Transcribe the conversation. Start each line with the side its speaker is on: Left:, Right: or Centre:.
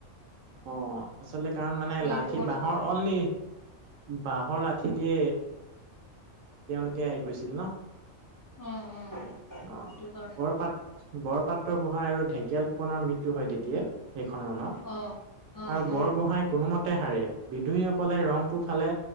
Right: অ আচলতে কাৰণ মানে
Left: সেইটো
Right: লাঠি
Left: কথা
Right: বাঁহৰ অনলি বাঁহৰ লাঠি। তে। তেওঁলোকে কৈছিল ন।
Left: অ অ
Right: অ
Left: সেইটো ক।
Right: বৰপাত বৰপাত্ৰ গোঁসাঁই আৰু ঢেকীয়াল ফুকনৰ মৃত্যু হয় তেতিয়া সেইখন ৰনত।
Left: অ', অ',
Right: আৰু বৰগোহাঁই
Left: অ',
Right: কোনোমতে হাৰে বিদ্ৰোহী সকলে ৰংপুৰ ফালে